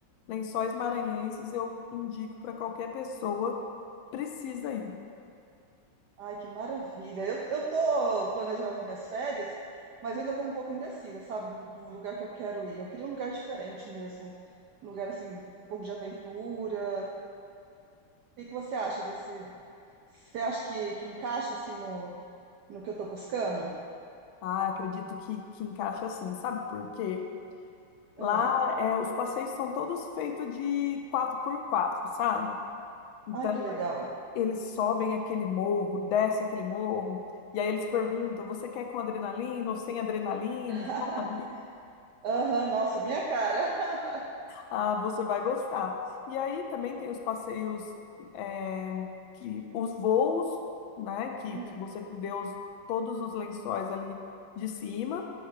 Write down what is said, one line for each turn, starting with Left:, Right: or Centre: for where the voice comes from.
Left: Lençóis Maranhenses eu indico para qualquer pessoa. Precisa ir.
Right: Ai, que maravilha. Eu, eu tô planejando as minhas férias, mas ainda tô um pouco indecisa, sabe, do, do lugar que eu quero ir. Eu queria um lugar diferente mesmo. Um lugar, assim, um pouco de aventura. O que que você acha desse... Você acha que, que encaixa, assim, no, no que eu tô buscando?
Left: Ah, acredito que, que encaixa assim, sabe por quê?
Right: Ah,
Left: Lá é, os passeios são todos feitos de quatro por quatro, sabe? Então,
Right: ai, que legal.
Left: eles sobem aquele morro, desce aquele morro, e aí eles perguntam: você quer com adrenalina ou sem adrenalina,
Right: <laughs>
Left: sabe?
Right: Aham, nossa, minha cara. <laughs>
Left: Ah, você vai gostar. E aí também tem os passeios, é, que, os voos, né? Que,
Right: Hum,
Left: que você vê os, todos os lençóis ali de cima.